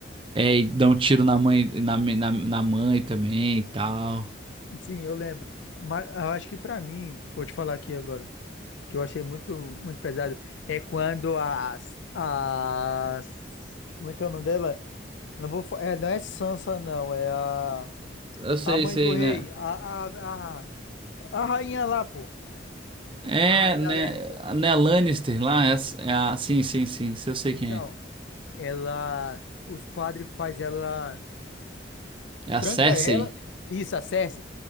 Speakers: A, on the right (about 25°); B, on the left (about 75°).
A: É, e dá um tiro na mãe, na, na, na mãe também e tal.
B: Sim, eu lembro. Mas eu acho que pra mim, vou te falar aqui agora, que eu achei muito, muito pesado, é quando as, as, como é que é o nome dela? Não vou, fa- é, não é Sansa, não, é a,
A: Eu sei,
B: a mãe
A: sei,
B: do rei,
A: né?
B: a, a, a, a rainha lá, pô,
A: É,
B: a rainha
A: né?
B: Lannister.
A: Né, a Lannister lá, é, a- é a, sim, sim, sim, eu sei
B: Então,
A: quem
B: ela, os padres faz ela,
A: é. É a
B: tranca
A: Cersei?
B: ela, isso, a Cersei,